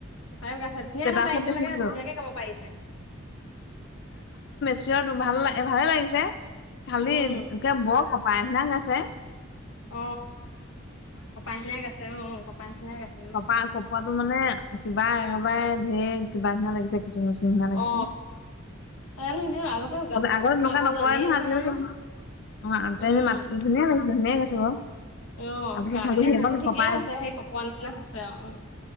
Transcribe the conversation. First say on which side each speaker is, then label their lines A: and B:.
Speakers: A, on the left; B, on the left.
A: তাইও গাইছে ধুনীয়া
B: ষ্টেটাছত
A: ন তাই এতিয়ালৈকে
B: দেখিছিলো
A: ধুনীয়াকে কব পাৰিছে।
B: ছিয় তো ভাল লাগ ভালে লাগিছে। ফালিল
A: উম
B: নোকে বৰ খ। পাই নাং আছে।
A: অ অ পায়িন গায় আছে অ। কপাহীনাই গাইছে
B: চপা চপোৱাটো মানে। কিবা একেবাৰে ধেৰ কিবা নিচিনা লাগিছে। কিচিং মিচিং নিচিনা
A: অ
B: লাগিছে।
A: তাইনো এনে আগতে গাব
B: আগতে তেনেকুৱা
A: গাব
B: নকৰে
A: জানেই নহয়
B: আজিকালি
A: আৰু
B: অ' তাই
A: উম
B: মাত ধুনীয়া লাগিছে ধুনীয়া গাইছে বাৰু
A: অহ
B: তাৰপিছত
A: গাহী
B: খালি সেইকণ
A: সুৰতো ঠিকেই
B: কপাই
A: হৈছে সেই কপোৱা নিচিনা। হৈছে আৰু উম।